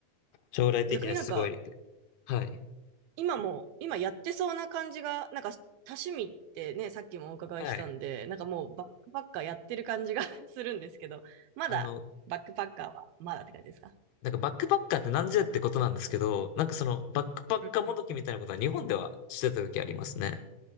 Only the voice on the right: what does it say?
逆になんか、
今も、今やってそうな感じが、なんか多趣味ってね、さっきもお伺いしたんで、
なんかもうバックパッカーやってる感じが <laughs> するんですけど、まだバックパッカーはまだって感じですか
うんうんうん。